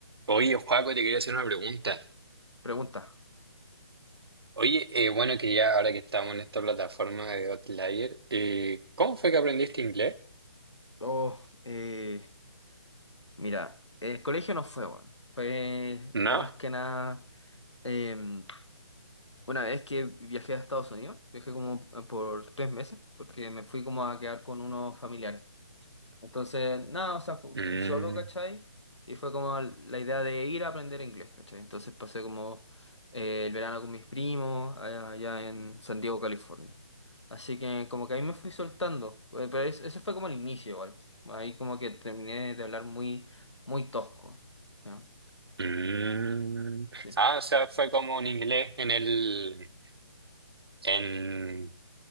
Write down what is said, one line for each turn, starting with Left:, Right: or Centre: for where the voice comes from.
Right: Oye, Joaco, te quería hacer una pregunta.
Left: Pregunta.
Right: Oye, eh, bueno, que ya ahora que estamos en esta plataforma de Outlier, eh, ¿cómo fue que aprendiste inglés?
Left: Oh, eh, mira, el colegio no fue, weón. Fue,
Right: No.
Left: fue más que nada. em, una vez que viajé a Estados Unidos, viajé como eh, por tres meses, porque me fui como a quedar con unos familiares. Entonces, nada, o sea, fu-
Right: Mm,
Left: fui solo, ¿cachai? Y fue como la idea de ir a aprender inglés, ¿cachai? Entonces pasé como eh, el verano con mis primos allá, allá en San Diego, California. Así que como que ahí me fui soltando, eh, pero es- ese fue como el inicio igual. Ahí como que terminé de hablar muy, muy tosco. ¿no?
Right: mm.
Left: Sí,
Right: Ah, o sea, fue como un inglés en el, en,